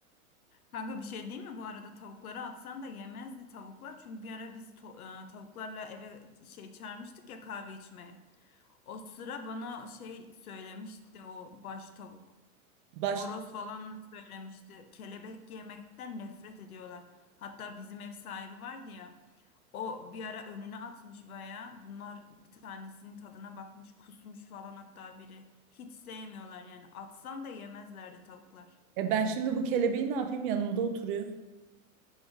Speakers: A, on the left; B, on the right.
A: kanka bir şey değil mi bu arada tavukları atsan da yemezdi tavuklar çünkü bir ara biz to- e, tavuklarla eve şey çağırmıştık ya kahve içmeye. O sıra bana şey söylemişti o baş tavuk.
B: Başta.
A: Horoz falan söylemişti. Kelebek yemekten nefret ediyorlar. Hatta bizim ev sahibi vardı ya. O bir ara önüne atmış bayağı. Bunlar bir tanesinin tadına bakmış, kusmuş falan hatta biri. Hiç sevmiyorlar yani. Atsan da yemezlerdi tavuklar.
B: E ben şimdi bu kelebeği ne yapayım yanımda oturuyor.